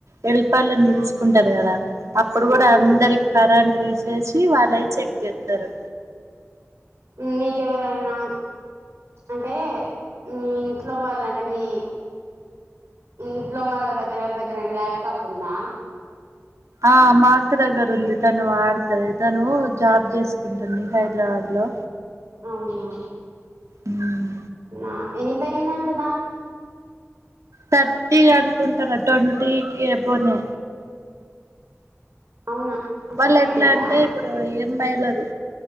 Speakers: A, on the right; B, on the right.
A: వెళపాలని ఇరుసు కుంటారు కదా అప్పుడు కూడా
B: అవును
A: అందరి కరెంట్ తీసేసి వాళ్ళుయి చెక్ చేస్తారు
B: నీకెవరైనా అంటే మీ ఇంట్లో వాళ్ళ అంటే మీ ఇంట్లో వాళ్ళ దగ్గర ఎవరి దగ్గరైనా దగ్గర ల్యాప్టాప్ ఉందా
A: ఆ మా అక్క దగ్గర ఉంది తను వాడుతంది తను జాబ్ చేసుకుంటుంది హైదరాబాద్ లో
B: అవునా
A: ఉమ్
B: నా ఎంతయిందంట దాని
A: థర్టీ అనుకుంటాను ట్వంటీకి అబౌనే
B: అవునా
A: వాళ్ళు
B: సెకండ్
A: ఎట్లా
B: హ్యాండా
A: అంటే ఇప్పుడు ఈ ఏమ్ ఐ లది